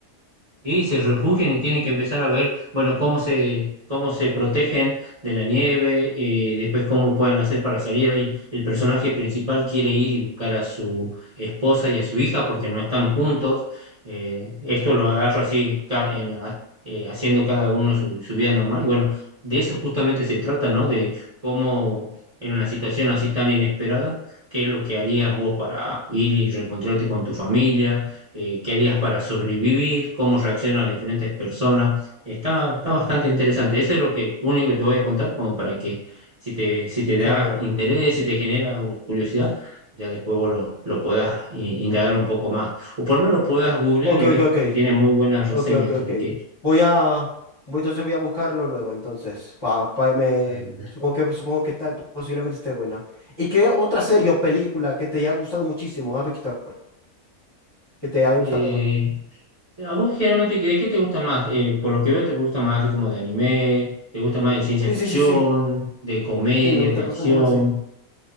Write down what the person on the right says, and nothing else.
Sí, se refugian y tienen que empezar a ver, bueno, cómo se, cómo se protegen de la nieve, eh, después cómo pueden hacer para salir. Y el personaje principal quiere ir y buscar a su esposa y a su hija porque no están juntos. Eh, esto lo agarra así, ca- en- a- eh, haciendo cada uno su, su vida normal. Y bueno, de eso justamente se trata, ¿no? De cómo en una situación así tan inesperada, ¿qué es lo que harías vos para ir y reencontrarte con tu familia? eh, qué harías para sobrevivir, cómo reaccionan las diferentes personas. Está, está bastante interesante. Eso es lo que, lo único que te voy a contar, como para que si te, si te
da
interés, si te genera curiosidad, ya después vos lo, lo puedas i- indagar un poco más. O por lo menos lo puedas googlear
y ver
que tiene muy buenas
reseñas.
Así que,
anda.
Eh, ¿a vos generalmente de qué te gusta más? Eh, por lo que veo, te gusta más así como de anime, te gusta más de ciencia
ficción,
de comedia,
de acción.